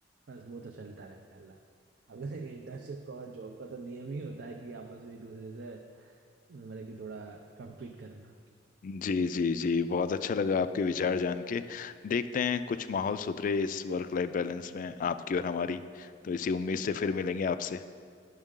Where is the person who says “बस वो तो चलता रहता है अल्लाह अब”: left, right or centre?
Right